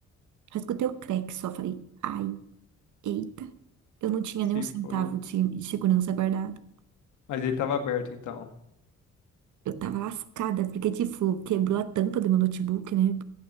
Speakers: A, on the right; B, on the left.
A: só escutei o crack só, falei, ai, eita. Eu não tinha
B: se
A: nem um centavo
B: foi.
A: de, de segurança guardado.
B: Mas ele tava aberto então.
A: Eu tava lascada, porque, tipo, quebrou a tampa do meu notebook, né?